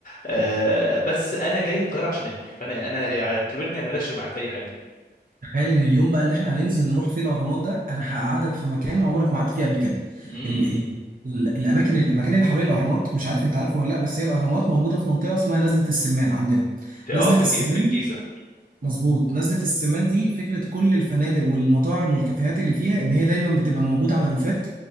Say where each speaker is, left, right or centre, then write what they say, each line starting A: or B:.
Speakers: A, on the left; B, on the right.
A: آه بس انا جاي القاهره عشان اكل فانا انا اعتبرني انا راشق معاك في اي حاجه
B: تخيل ان اليوم بقى اللي احنا هننزل نروح فيه الاهرامات ده انا هقعدك في مكان عمرك ما قعدت فيه قبل كده
A: امم
B: ال... ال... ال- الاماكن المكان اللي حوالين الاهرامات مش عارف انت عارفه ولا لا بس هي الاهرامات موجوده في منطقه اسمها نزله السمان عندنا
A: في
B: نزله
A: اه في الج...
B: السمان
A: في الجيزه
B: مظبوط نزلة السمان دي فكرة كل الفنادق والمطاعم والكافيهات اللي فيها إن هي دايما بتبقى موجودة على الروفات